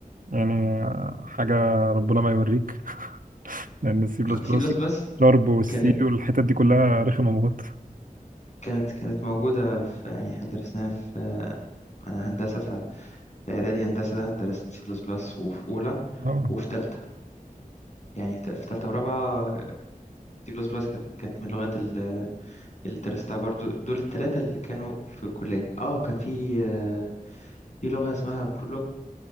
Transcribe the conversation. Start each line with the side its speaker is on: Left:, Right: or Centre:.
Right: يعني آه، حاجة ربنا ما يوريك لان السي بلس بلس
Left: سي بلس بلس
Right: شارب والسي
Left: كانت
Right: والحتت دي كلها رخمه موت
Left: كانت كانت موجودة في يعني احنا درسناها في آه، أنا هندسة فإعدادي هندسة درست سي بلس بلس وفي أولى
Right: اه
Left: وفي تالتة يعني ت- في تالتة ورابعة سي بلس بلس كانت كانت من اللغات ال- اللي درستها برضو دول التلاتة اللي كانوا في الكلية اه وكان في آه، في لغة اسمها برولوج